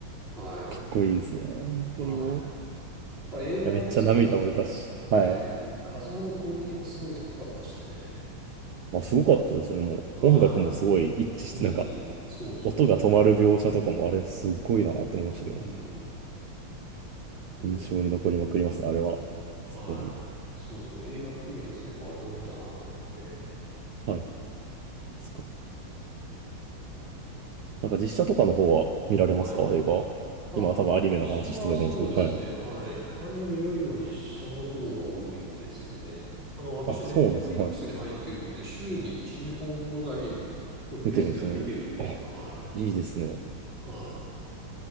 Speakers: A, on the right; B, on the right.
A: な。はい。
B: かっこいいですね。本当にもう。
A: はい。や
B: い
A: っぱ映画ですごいあの、
B: や、めっちゃ涙も出たし。
A: はい、
B: はい。
A: 画像のクオリティもすごい高かったしね。
B: まあ、すごかったですよね。もう音楽もすごい一致して、
A: はい。
B: なんか、
A: うん、そうそ
B: 音が止まる描写とかも、あれすごいなって思いましたけどね。
A: う。うん、ね、
B: 印象に残りまくりますね、あれは。さすがに。
A: はい。そうそう、映画って意味ではそういえばあれも見たなと思って。
B: はい。そっかなんか実写とかの方は見られますか映画。
A: はい。あ、
B: 今多分アニメの話してたと思うんですけど、
A: 私はそうですね、
B: はい。
A: はい。アニメよりも実写の方が多いですね。あの、私、
B: あ、そうなんですね。
A: ネットフリックスに入ってるんで、
B: はい。
A: 週に1、2本ぐらいのペースでは見てるんですよ。
B: 見てるんですね。あ、
A: はい。
B: いいですね。
A: はい。